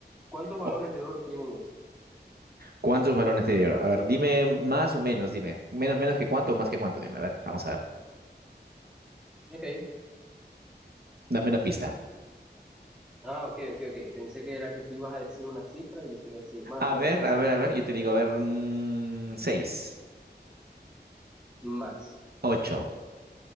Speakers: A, in the centre; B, on the right.
A: ¿cuántos balones
B: Oh,
A: de oro tiene Messi?
B: ¿cuántos balones te dio? A ver, dime más o menos, dime. Menos, menos que cuánto o más que cuánto, dime. A ver, vamos a ver.
A: Ok.
B: Dame una pista.
A: Ah, ok, ok, ok. Pensé que era que tú ibas a decir una cifra y yo te iba a decir más,
B: A
A: menos,
B: ver,
A: y decir
B: a ver, a ver, yo te digo, a ver, mm, seis,
A: más.
B: ocho.